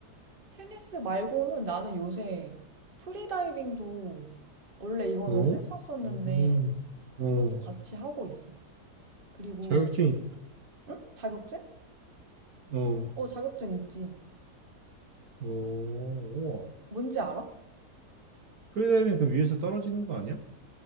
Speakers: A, on the right; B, on the right.
A: 테니스 말고는 나는 요새 프리다이빙도 원래 이거는
B: 어?
A: 했었었는데
B: 음, 어,
A: 이것도 같이 하고 있어. 그리고
B: 자격증, 있-
A: 응? 자격증?
B: 어,
A: 어, 자격증 있지.
B: 어, 우와.
A: 뭔지 알아?
B: 프리다이빙 그 위에서 떨어지는 거 아니야?